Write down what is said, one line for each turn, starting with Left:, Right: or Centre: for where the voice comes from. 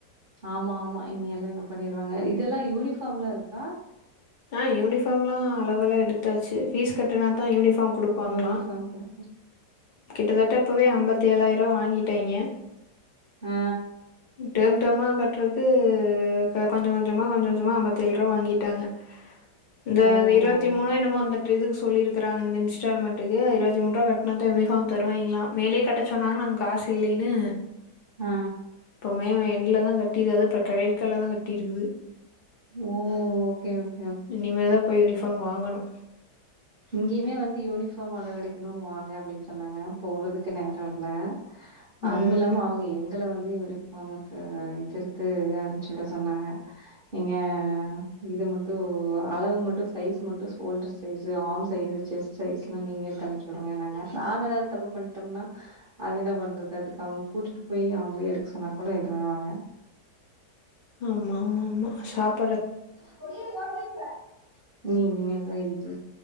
Right: ஆம்மா ஆமா இனி எல்லா இது பண்ணிருவாங்க இதெல்லாம யூனிஃபாம் லா இருக்கா
Left: ஆ யூனிஃபார்ம் லா அளவுலா எடுத்தாச்சு ஃபீஸ் கட்டனா தா யூனிஃபார்ம் குடுப்பாங்களா
Right: யூனிஃபார்ம் குடுப்பா
Left: கிட்டத்தட்ட இப்பவே அம்பத் தேலாயிர வாங்கிட்டேங்க
Right: ஆ
Left: டெர்ம் டெர்ம்மா கட்றதுக்கு க கொஞ்சோ கொஞ்சமா கொஞ்ச கொஞ்சமா அம்பத்தேல் ரூவா வாங்கிட்டாங்க இந்த
Right: ஓ
Left: இருவத்தி மூணு என்னமோ அந்த இதுக்கு சொல்லி இருக்கறாங்க இந்த இன்ஸ்டால்மெண்டூக்கு இருவத்தி மூன்ரூவா கட்டினா யூனிஃபாம் தரூவாங்களாம் மேலே கட்டச்ச சொன்னாங்க நாங்க காசு இல்லைன்னு
Right: ஆ.
Left: எப்பமே எண்ட்ல தா கட்டிதா இப்ப கிரேட்ல தா கட்டிருக்குது
Right: ம் ஓகே,
Left: இனிமேல்தா போய் யூனிஃபாம் வாங்கணு
Right: இங்கயுமே வந்து யூனிஃபார்ம் அளவு எடுக்கணு வாங்க அப்பிடின் சொன்னாங்க போறதுக்கு நேர இல்ல அது
Left: ம்
Right: இல்லாம அவுங்க எங்கள வந்த இது யூனிபாம்க்கு கிருத்து அனுபுச்சுட சொன்னாங்க நீங்க இது மட்டு அளவு மட்டு சைஸ் மட்டு சோல்டுர் கெஞ்சோ ஆம் சைசு செஸ்ட் சைஸ்ல்லா நீங்க எடுத்து அனுச்சு உடுங்கனாங்க நாம ஏதாவுது தப்பு பண்ணிட்டம்னா அது என்ன பண்றது அதுக்கு அவங் கூட்டிட்டு போய் அவங்களே எடுக்க சொன்னா கூட இதுனாங்க
Left: ஆமா மா மா ஷாப்
Right: பொரியல் போட்டுங்க ம் ம் சரி